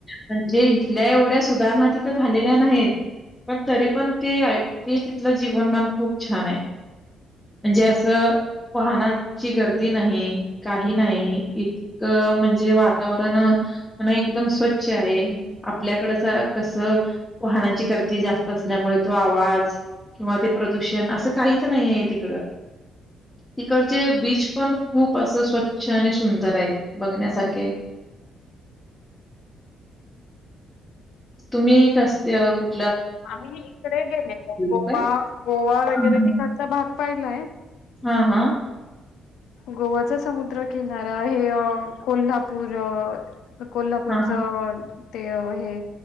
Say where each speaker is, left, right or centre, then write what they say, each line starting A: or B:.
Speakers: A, on the left; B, on the left.
A: म्हणजे तिथल्या एवढ्या सुधारणा तिथं झालेल्या नाहीत पण तरी पण ते ते तिथलं जीवनमान खूप छान आहे म्हणजे असं वाहनांची गर्दी नाही काही नाही इतकं म्हणजे वातावरण म्हण एकदम स्वच्छ आहे आपल्याकडच कसं वाहनांची गर्दी जास्त असल्यामुळे तो आवाज किंवा ते प्रदूषण असं काहीच नाही आहे तिकडं तिकडचे बीच
B: हम्म.
A: पण खूप असं स्वच्छ आणि सुंदर आहेत बघण्यासारखे आहेत तुम्ही कसे कुठ
B: आम्ही इकडे गेलेलो गोवा
A: काय?
B: गोवा वगैरे
A: हं, हं.
B: तिकडचा भाग पाहिलाय.
A: हां, हां.
B: गोवचा समुद्र किनारा हे ह. कोल्हापूर कोल्हापूरच-
A: हां, हां.
B: ते हे हो